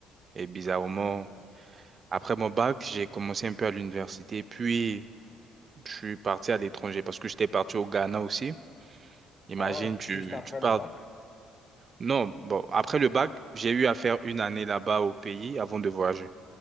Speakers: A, on the right (about 40°); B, on the left (about 30°).
A: Et bizarrement, après mon bac, j'ai commencé un peu à l'université, puis je suis parti à l'étranger parce que j'étais parti au Ghana aussi. Imagine,
B: Ah,
A: tu,
B: juste après
A: tu parles.
B: le bac,
A: Non, bon, après le bac, j'ai eu à faire une année là-bas au pays avant de voyager.